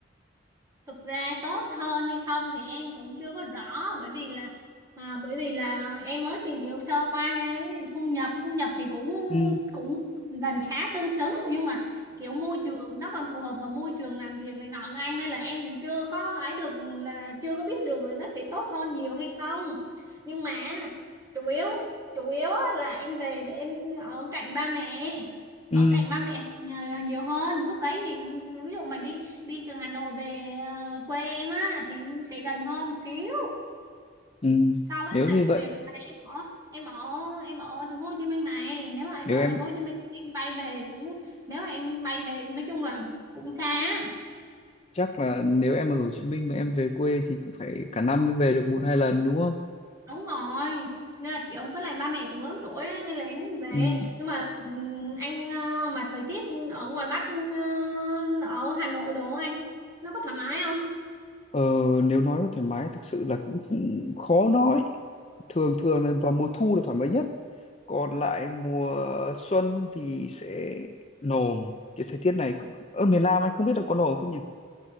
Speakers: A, on the right; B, on the left.
A: thực ra tốt hơn hay không thì em cũng chưa có rõ bởi vì là à, bởi vì là em mới tìm hiểu sơ qua cái thu nhập thu nhập thì cũng
B: ừ
A: cũng gần khá tương xứng nhưng mà kiểu môi trường nó còn phù hợp vào môi trường làm việc này nọ nữa anh nên là em chưa có ấy được là chưa có biết được là nó sẽ tốt hơn nhiều hay không nhưng mà chủ yếu chủ yếu á là em về để em ở cạnh ba mẹ
B: ừ
A: ở cạnh
B: <laughs>
A: ba mẹ nhiều nhiều hơn lúc đấy thì ví dụ mà đi đi từ Hà Nội về ờ, quê em á thì sẽ gần hơn một xíu
B: Ừ,
A: Sau đó
B: nếu
A: là
B: như vậy
A: việc là em ở em ở em ở thành phố Hồ Chí Minh này nếu mà em
B: nếu
A: ở
B: em
A: thành phố Hồ Chí Minh em bay về cũng nếu mà em bay về nói chung là cũng xa á.
B: chắc là nếu em ở Hồ Chí Minh mà em về quê thì cũng phải cả năm mới về được một hai lần đúng không?
A: đúng rồi nên là kiểu với lại ba mẹ cũng lớn tuổi á, nên là em muốn về
B: Ừ.
A: nhưng mà ừm, anh ờ, mà thời tiết ở ngoài Bắc ờ, ở Hà Nội đồ anh nó có thoải mái không
B: Ờ, nếu nói về thoải mái thực sự là cũng không- khó nói thường thường là vào mùa thu là thoải mái nhất còn lại mùa xuân thì sẽ nồm cái thời tiết này cứ- ở miền Nam anh không biết là có nồm không nhỉ?